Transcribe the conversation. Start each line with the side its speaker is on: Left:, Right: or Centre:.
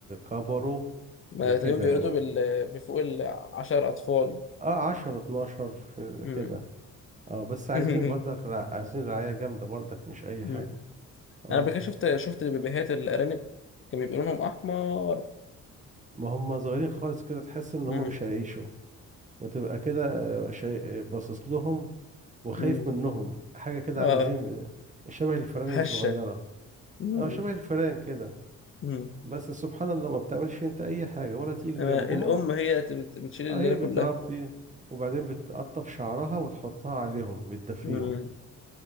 Right: كبروا
Left: ما
Right: وكده
Left: تقريبا بيولدوا
Right: يعني
Left: بال... بفوق العشر أطفال
Right: اه 10 12 في ال-
Left: امم
Right: كده اه بس عايزين
Left: <laughs>
Right: برضك رع... عايزين رعاية جامدة برضك مش اي
Left: أمم.
Right: حاجة اه
Left: أنا قبل كده شفت شفت بيبيهات الأرانب كان بيبقى لونهم أحمر
Right: ما هم صغيرين خالص كده تحس ان هم
Left: امم
Right: مش هيعيشوا وتبقى كده آه، شيء آه، باصص لهم وخايف
Left: امم
Right: منهم حاجة كده
Left: أه
Right: عاملة زي شبه الفئران
Left: هشة
Right: الصغيرة
Left: امم
Right: اه شبه الفئران كده
Left: امم
Right: بس سبحان الله ما بتعملش انت اي حاجة ولا تيجي
Left: أما
Right: جنبهم
Left: الأم هي بت- بتشيل الليلة
Right: اه هي
Left: كلها
Right: بتربي وبعدين بتقطف شعرها وتحطها عليهم بتدفيهم
Left: امم